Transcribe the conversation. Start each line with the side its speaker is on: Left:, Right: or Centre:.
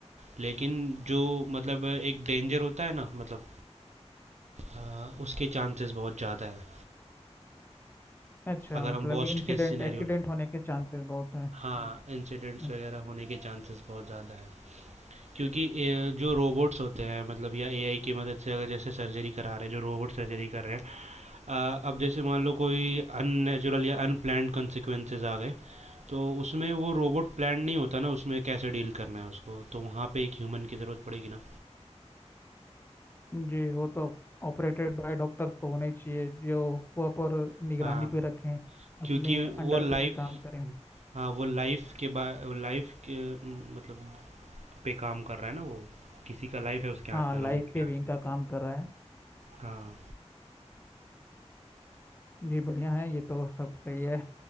Right: लेकिन जो मतलब एक डेंजर होता है ना मतलब अ, उसके चांसेस बहुत ज़्यादा है
Left: अच्छा
Right: अगर हम
Left: मतलब
Right: वर्स्ट
Left: इंसिडेंट
Right: केस सिनेरियो
Left: एक्सीडेंट होने के चांसेस बहुत हैं
Right: हाँ इंसिडेंट्स
Left: अ,
Right: वगैरह होने के चांसेस बहुत ज़्यादा है क्योंकि ए, जो रोबोट्स होते हैं मतलब या एआई की मदद से अगर जैसे सर्जरी करा रहे हैं जो रोबोट सर्जरी कर रहे हैं अ, अब जैसे मान लो कोई अननेचुरल या अनप्लान्ड कंसिक्वेंसेज आ गए तो उसमें वो रोबोट प्लान नहीं होता ना उसमें कैसे डील करना है उसको तो वहाँ पे एक ह्यूमन की ज़रूरत पड़ेगी ना
Left: जी वो तो ऑपरेटेड बाय डॉक्टर तो होने ही चाहिए जो प्रॉपर निगरानी
Right: हाँ
Left: पे रखें अपने
Right: क्योंकि वो
Left: अंडर
Right: लाइफ
Left: पे काम करें
Right: हाँ वो लाइफ के बा लाइफ के म, मतलब पे काम कर रहा है ना वो किसी का लाइफ है उसके हाथ
Left: हाँ
Right: में रोबोट
Left: लाइफ सेविंग
Right: के हाथ में।
Left: का काम कर रहा है
Right: हाँ
Left: जी बढ़िया है ये तो सब सही है